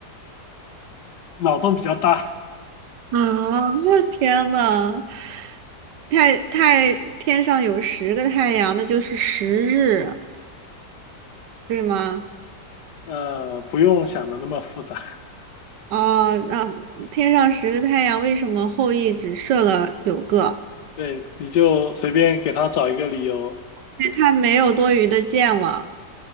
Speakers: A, on the left (about 70°); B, on the right (about 80°).
A: 脑洞比较大，
B: 啊，我天呐，太太天上有十个太阳，那就是十日，对吗？
A: 呃，不用想的那么复杂。
B: 哦，那、天上十个太阳，为什么后羿只射了九个？
A: 对，你就随便给他找一个理由，
B: 因为他没有多余的箭了，